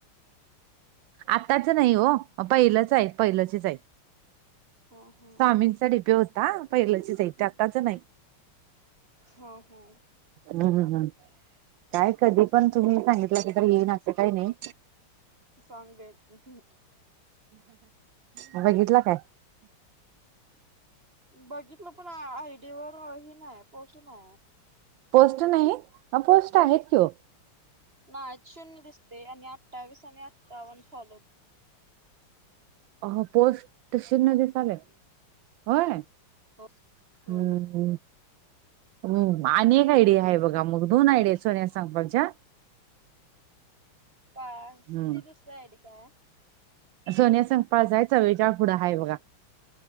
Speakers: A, on the right; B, on the right.
A: आत्ताच नाही ओ, पहिलच हायित, पहिलाचच हायित.
B: हा हा
A: स्वामींचा डिपि होता. पहिल्याचीच हायित, ते आताच नाही.
B: हो हो.
A: हू हू. काय कधी पण तुम्ही सांगितला की, तर येईनं काही नाही.
B: सांगुया कि.
A: <inaudible> बघितला काय?
B: बघितलं पण आयडीवर हे नाही, पोस्ट नाही हाय.
A: पोस्ट नाही?
B: पोस्ट
A: आहेत कि ओ
B: नाहीत, शून्य दिसतय आणि अठ्ठावीस आणि अठ्ठावन्न फॉलोवर्स
A: अ पोस्ट शून्य दिसालय? होय,
B: हो हो
A: हू हू. हू आणि एक आयडि हाय बघा. मग दोन आयडि सोनिया संकपाळ च्या?
B: काय?
A: हम्म
B: ती दुसरी आयडी काय हाय.
A: सोनिया संकपाळ चं हाय, चवेचाळ पुढं हाय बघा.